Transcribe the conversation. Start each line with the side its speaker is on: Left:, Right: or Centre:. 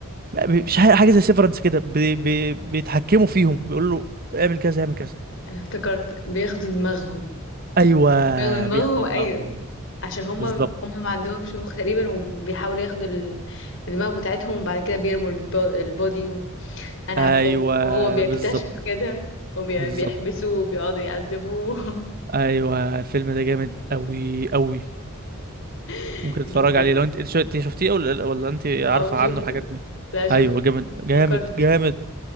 Right: مش ح- حاجه زي سيفرنس كده بي بي بيتحكموا فيهم بيقول له اعمل كذا اعمل كذا
Left: انا افتكرت بياخدوا دماغهم
Right: ايوه
Left: بياخدوا دماغهم
Right: بياخدوا
Left: ايوه
Right: دماغهم
Left: عشان هما
Right: بالظبط
Left: هما ما عندهمش مخ تقريبا وبيحاولوا ياخدوا ال- الدماغ بتاعتهم وبعد كده بيرموا الب- البودي و... انا
Right: ايوه
Left: عارفاه وهو بيكتشف
Right: بالظبط
Left: كده وبيحبسوه
Right: بالظبط
Left: وبيقعدوا يعذبوه
Right: ايوه الفيلم ده جامد قوي قوي
Left: <laughs>
Right: ممكن تتفرج
Left: جدا
Right: عليه لو انت انت شو- انت شفتيه ولا ولا انت عارفه
Left: اه شفته
Right: عنه الحاجات دي
Left: لا شفته
Right: ايوه جامد جامد
Left: ذكرت
Right: جامد